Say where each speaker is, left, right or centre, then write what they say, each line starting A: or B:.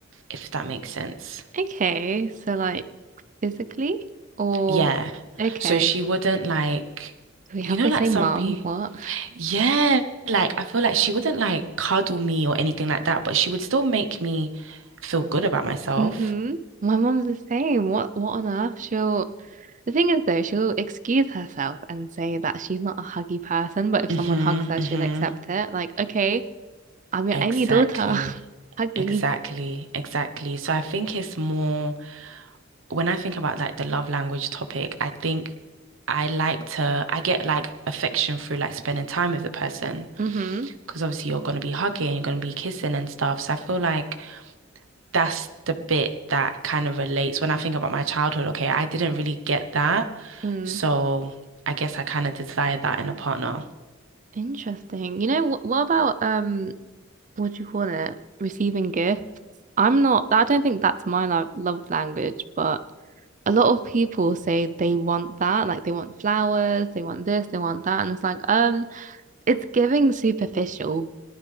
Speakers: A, on the right; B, on the right.
A: if that makes sense.
B: Okay, so like physically or
A: Yeah.
B: okay.
A: So she wouldn't like,
B: We have
A: you know,
B: the
A: like
B: same
A: some
B: mum.
A: people,
B: What?
A: yeah, like I feel like she wouldn't like cuddle me or anything like that, but she would still make me feel good about myself.
B: Mm-hmm. My mum's the same. What what on earth? She'll the thing is though, she'll excuse herself and say that she's not a huggy person, but if
A: Mm-hmm,
B: someone hugs her,
A: mm-hmm.
B: she'll accept it. Like, okay, I'm your
A: Exactly,
B: only daughter. <laughs> Hug me.
A: exactly, exactly. So I think it's more. when I think about like the love language topic, I think I like to, I get like affection through like spending time with the person
B: Mm-hmm.
A: because obviously you're going to be hugging, you're going to be kissing and stuff. So I feel like that's the bit that kind of relates when I think about my childhood. Okay, I didn't really get that.
B: Mm.
A: So I guess I kind of desire that in a partner.
B: Interesting. You know what what about um what do you call it? Receiving gifts. I'm not I don't think that's my love love language, but a lot of people say they want that, like they want flowers, they want this, they want that, and it's like, um, it's giving superficial,